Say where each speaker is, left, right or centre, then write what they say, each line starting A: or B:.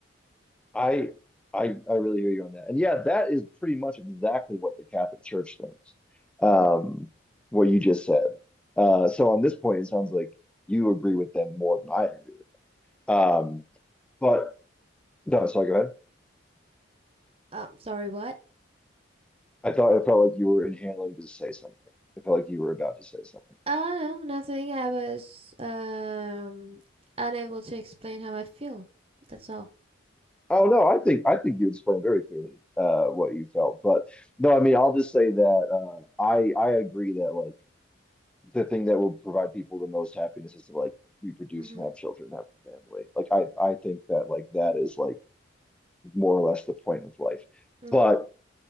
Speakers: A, in the centre; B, on the right (about 30°).
A: I. I. I really hear you on that. And yeah, that is pretty much exactly what the Catholic Church thinks. Um, what you just said. Uh, so on this point, it sounds like you agree with them more than I agree. Um, but no. Sorry. Go ahead.
B: Um, sorry, what?
A: I thought it felt like you were inhaling to say something. It felt like you were about to say something.
B: Oh, no, nothing. I was um unable to explain how I feel. That's all.
A: Oh no, I think I think you explained very clearly uh, what you felt. But no, I mean, I'll just say that uh, I I agree that like the thing that will provide people the most happiness is to like reproduce
B: Mm-hmm.
A: and have children, have a family. Like I I think that like that is like more or less the point of life.
B: Mm-hmm.
A: But